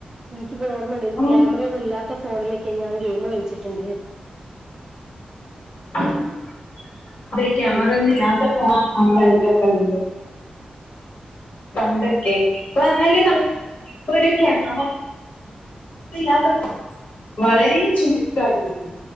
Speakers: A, on the right (about 25°); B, on the left (about 65°).
A: എനിക്ക് ഇപ്പ ഓർമ്മണ്ട്. ക്യാമറയൊന്നും
B: ഉം
A: ഇല്ലാത്ത ഫോണിലൊക്കെ ഞാൻ ഗെയിം കയിച്ചിട്ട്ണ്ട്.
B: <unintelligible>
A: അതെ
B: ക്യാമറയൊന്നും ഇല്ലാത്ത <unintelligible> പണ്ടാക്കെ ഇപ്പം പറ്ന്നാല് ഇപ്പൊ ഒര് <unintelligible> ഇല്ലാത്ത <unintelligible> വളരെ ചുര്ക്കായിരിക്കും